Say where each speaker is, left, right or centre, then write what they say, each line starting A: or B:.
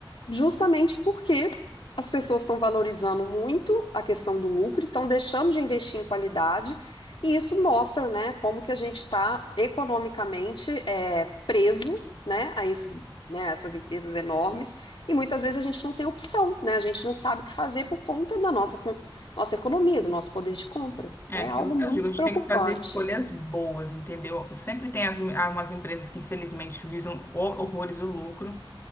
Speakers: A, on the left (about 70°); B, on the left (about 25°).
A: justamente porque as pessoas estão valorizando muito a questão do lucro, e estão deixando de investir em qualidade. E isso mostra, né, como que a gente está economicamente eh, preso, né, a esses né, essas empresas enormes, e muitas vezes a gente não tem opção, né? A gente não sabe o que fazer por conta da nossa, con- nossa economia, do nosso poder de compra.
B: É
A: É
B: aquilo
A: algo
B: que
A: muito
B: eu digo, a gente
A: preocupante.
B: tem que fazer escolhas boas, entendeu? Sempre tem as, algumas empresas que, infelizmente, visam o- horrores o lucro,